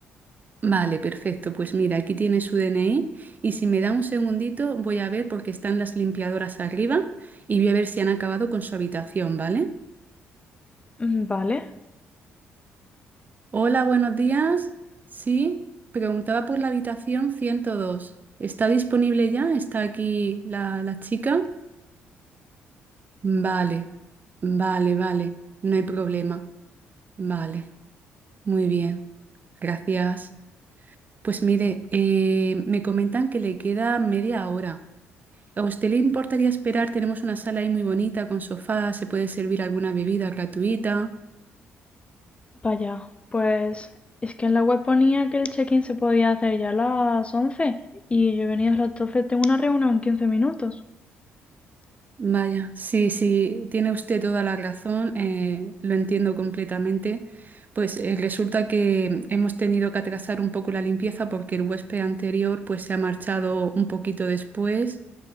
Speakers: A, on the right (about 35°); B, on the left (about 25°).
A: Vale, perfecto. Pues mira, aquí tiene su DNI y si me da un segundito voy a ver porque están las limpiadoras arriba y voy a ver si han acabado con su habitación, ¿vale?
B: Mm, Vale,
A: Hola, buenos días. Sí, preguntaba por la habitación 102. ¿Está disponible ya? ¿Está aquí la, la chica? Vale, vale, vale. No hay problema. Vale. Muy bien, gracias. Pues mire, eh, me comentan que le queda media hora. ¿A usted le importaría esperar? Tenemos una sala ahí muy bonita con sofá, se puede servir alguna bebida gratuita.
B: vaya. Pues es que en la web ponía que el check-in se podía hacer ya a las 11 y yo he venido a las 12. tengo una reunión en 15 minutos.
A: Vaya, sí, sí, tiene usted toda la razón, eh, lo entiendo completamente. Pues eh, resulta que hemos tenido que atrasar un poco la limpieza porque el huésped anterior pues se ha marchado un poquito después.